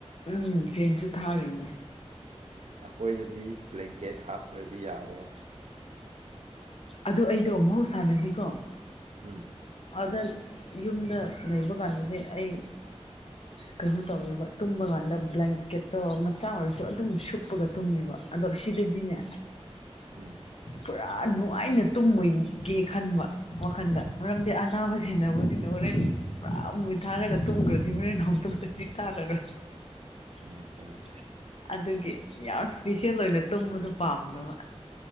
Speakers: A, on the left (about 65°); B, on the right (about 70°).
A: ꯎꯝ ꯐꯦꯟꯁꯨ ꯊꯥꯅꯦ
B: ꯑꯩꯈꯣꯏꯅꯗꯤ ꯕ꯭ꯂꯦꯡꯀꯦꯠ ꯍꯥꯞꯇ꯭ꯔꯗꯤ ꯌꯥꯗꯣꯏ
A: ꯑꯗ ꯑꯩꯗꯣ ꯃꯍꯧꯁꯥꯅꯗꯤꯀꯣ
B: ꯎꯝ
A: ꯑꯗ ꯌꯨꯝꯗ ꯂꯩꯕ ꯀꯥꯟꯗꯗꯤ ꯑꯩ ꯀꯩꯅꯣ ꯇꯧꯋꯦꯕ ꯇꯨꯝꯕ ꯀꯥꯟꯗ ꯕ꯭ꯂꯦꯡꯀꯦꯠꯇꯣ ꯃꯆꯥ ꯑꯣꯏꯔꯁꯨ ꯑꯗꯨꯝ ꯁꯨꯞꯄꯒ ꯇꯨꯝꯃꯦꯕ ꯑꯗꯣ ꯁꯤꯗꯗꯤꯅꯦ
B: ꯎꯝ
A: ꯄꯨꯔꯥꯅꯨ ꯉꯥꯏꯅ ꯇꯨꯝꯃꯣꯏꯒꯦ ꯈꯟꯕ ꯋꯥꯈꯟꯗ ꯃꯔꯝꯗꯤ ꯑꯅꯥꯕ ꯁꯦꯟꯅꯕꯅꯤꯅ ꯍꯣꯔꯦꯟ ꯄꯨꯔꯥ ꯔꯥ ꯃꯨꯟꯅꯊꯥꯔꯒ ꯇꯨꯝꯒ꯭ꯔꯗꯤ ꯍꯣꯔꯦꯟ ꯍꯧꯗꯣꯔꯗꯤ ꯇꯥꯗꯔꯒ
B: ꯆꯨꯝꯃꯦ ꯆꯨꯝꯃꯦ
A: ꯑꯗꯨꯒꯤ ꯌꯥꯝ ꯁꯄꯤꯁꯦꯜ ꯑꯣꯏꯅ ꯇꯨꯝꯕꯗꯣ ꯄꯥꯝꯗꯕ